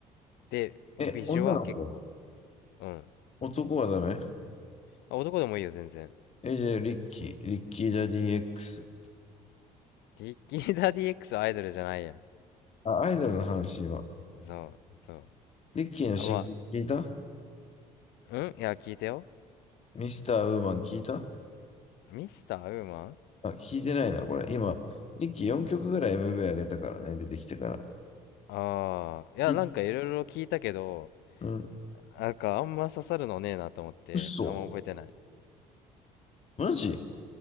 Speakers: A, on the left; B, on the left.
A: で、
B: え、
A: ビジュは結構、
B: 女の子
A: うん。
B: 男はダメ
A: あ、男でもいいよ、全然。
B: え、じゃあ、リッキー、リッキー・ジャディ X。
A: リキーダ DX はアイドルじゃないやん。
B: あ、アイドルの話、今。
A: そう、そう。
B: リッキーの新曲聞いた
A: あ、まあ、うんいや、聞いてよ。
B: ミスター・ウーマン聞いた
A: ミスターウーマン
B: あ、聞いてないな、これ。今、リッキー4曲ぐらい MV 上げたからね、出てきてから。
A: ああー、いや、
B: い
A: なんかいろいろ聞いたけど、
B: うん、
A: なんかあんま刺さるのねえなと思って、
B: 嘘
A: あんま覚えてない。
B: マジ